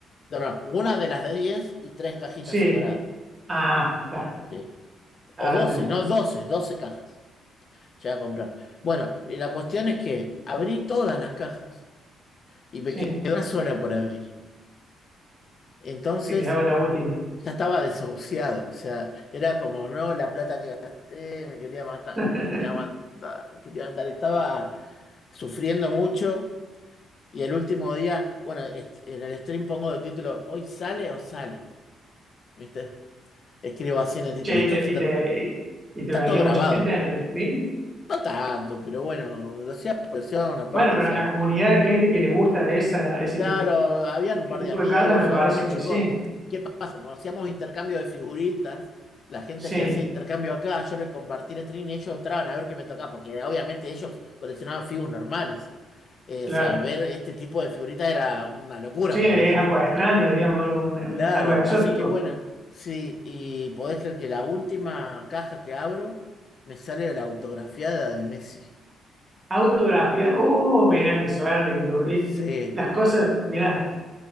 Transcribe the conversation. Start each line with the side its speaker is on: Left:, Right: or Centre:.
Left: no, no, una de las de 10 y tres cajitas
Right: Sí,
Left: separadas.
Right: ah, está,
Left: ¿sí?
Right: ahora
Left: O 12
Right: entendí.
Left: no, doce doce cajas. Llegué a comprar. Bueno, y la cuestión es que abrí todas las cajas y me
Right: Sí,
Left: quedó una sola por abrir. Entonces,
Right: te quedaba la última.
Left: Ya estaba desahuciado, o sea, era como, no, la plata que gasté, me quería matar,
Right: <laughs>
Left: me quería matar, me quería matar. Estaba sufriendo mucho y el último día, bueno, est- en el stream pongo de título, ¿hoy sale o sale? ¿Viste? Escribo así en el título,
Right: Che,
Left: esto
Right: y te,
Left: está,
Right: y te, y te
Left: está
Right: veía
Left: todo grabado.
Right: mucha gente en el stream.
Left: No tanto, pero bueno, lo hacía por presión aparte,
Right: Bueno, pero
Left: o sea,
Right: en la comunidad de gente que le gusta esa, ese,
Left: Claro, habían un
Right: ese
Left: par
Right: tipo
Left: de amigos,
Right: de carta me
Left: algunos
Right: parece que
Left: chicos,
Right: sí,
Left: ¿qué pasa? Como hacíamos intercambio de figuritas, la gente
Right: sí,
Left: que hacía intercambio acá, yo les compartí el stream y ellos entraban a ver qué me tocaba, porque obviamente ellos coleccionaban figuras normales. Eh, o
Right: claro.
Left: sea, ver este tipo de figuritas era una locura
Right: Sí,
Left: para
Right: es
Left: ellos.
Right: algo extraño, digamos, algo,
Left: Claro,
Right: algo exótico.
Left: así que bueno, sí, y podés creer que la última caja que abro me sale la autografiada de Messi.
Right: Autografía. Oh, mira qué suerte que tuve.
Left: Sí,
Right: Las cosas, mira,